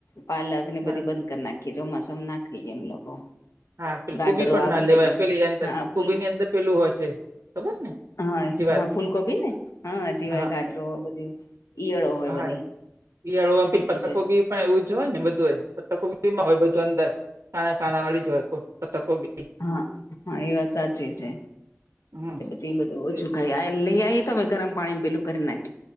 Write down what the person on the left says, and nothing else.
પાલક ને
બધી બંધ કરી નાખી કીતો મસમ ના ખાઈ એમ લોકો
ગાડરો
આવે
ને
બધી
હા ફૂલ
હા
હા ફૂલકોબી ને હાજીવાય
ગાડરો બધી ઈયળો હોય બધી
એ
હા હા એ વાત સાચી છે.
એ બધું ઓછું
ખાઈ આ લઈ આવીઈએ તો અમે ગરમ પાણી પેલું કરી નાખી